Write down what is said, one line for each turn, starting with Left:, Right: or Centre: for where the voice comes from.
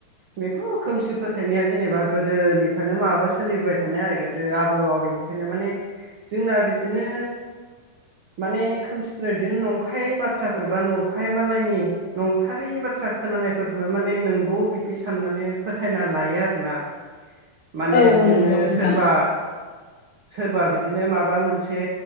Right: बेथ' खोमसि फोथायनाया जेनेबा गोदोनि फ्रायनो माबा सोलिबाय थानाय आरो गोदो आबौ आबैनिफ्रायनो। माने जोंना बिदिनो माने खोमसिफोर बिदिनो नंखाय बाथ्राफोर बा नंखाय मालायनि नंथारि बाथ्रा बाथ्रा खोनानायफोरखौनो माने नोंगौ बिदि साननानै फोथायना लायो आरो ना माने
Left: औ
Right: बिदिनो
Left: औ नंगौ नोंथां
Right: सोरबा सोरबा बिदिनो माबा मोनसे